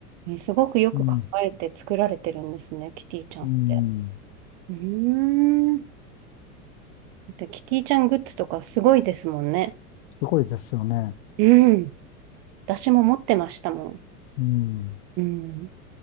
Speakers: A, on the right (about 45°); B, on the left (about 50°).
A: えすごくよく考えて作られてるんですね、
B: うん、
A: キティちゃんって。
B: うん、
A: うーん。で、キティちゃんグッズとかすごいですもんね。
B: すごいですよね。
A: うん。私も持ってましたもん。
B: うん、
A: うん。